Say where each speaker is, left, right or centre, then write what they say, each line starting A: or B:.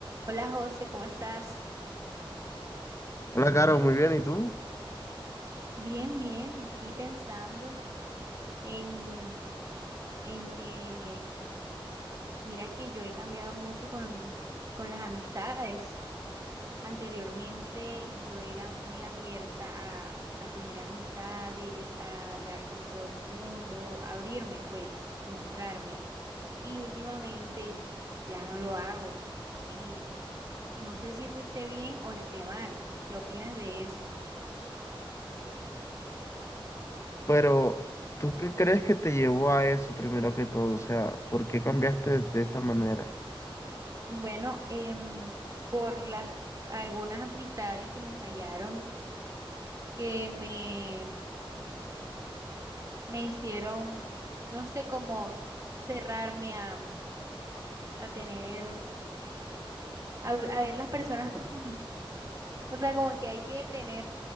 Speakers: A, on the right; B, on the left.
A: Hola José, ¿cómo estás?
B: Hola, Caro, muy bien, ¿y tú?
A: Bien, bien, aquí pensando en, en que, mira que yo he cambiado mucho con, con las amistades. Anteriormente yo era muy abierta a, a tener amistades, a hablar con todo el mundo, abrirme, pues, mostrarme. Y últimamente ya no lo hago. Y no sé si eso esté bien o esté mal. ¿Qué opinas de eso?
B: Pero, ¿tú qué crees que te llevó a eso primero que todo? O sea, ¿por qué cambiaste de esa manera?
A: Bueno, em, por las algunas amistades que me fallaron, que me, me hicieron, no sé cómo cerrarme a, a tener, a, a ver las personas. <laughs> O sea, como que hay que tener,